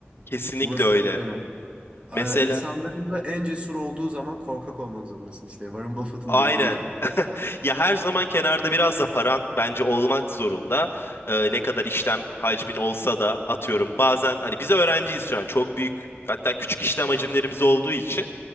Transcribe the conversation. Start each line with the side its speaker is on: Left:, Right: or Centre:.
Left: Kesinlikle
Right: Burası
Left: öyle.
Right: çok önemli.
Left: Mesela
Right: Ee, İnsanların da en cesur olduğu zaman korkak olmak zorundasın işte. Warren Buffett'ın
Left: aynen.
Right: dediği gibi.
Left: Ya her zaman kenarda biraz da paran bence olmak zorunda. Ee, ne kadar işlem hacmin olsa da atıyorum bazen hani biz öğrenciyiz şu an çok büyük hatta küçük işlem hacimlerimiz olduğu için